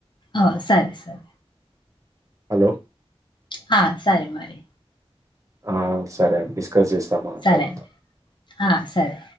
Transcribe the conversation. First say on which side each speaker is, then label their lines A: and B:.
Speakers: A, on the left; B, on the right.
A: ఓ సరే సరే
B: హలో
A: హా సరే మరి
B: ఆ సరే అండి చేస్తాం
A: సరే
B: తర్వాత
A: అండి. ఆ! సరే.